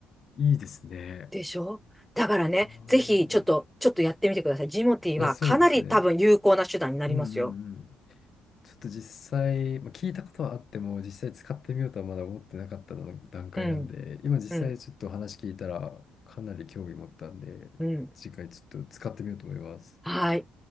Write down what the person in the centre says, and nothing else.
でしょだからね、
ぜひ、ちょっと、ちょっとやってみてください。ジモティーはかなり多分有効な手段になりますよ。
うん、
うん、
うん。
はい。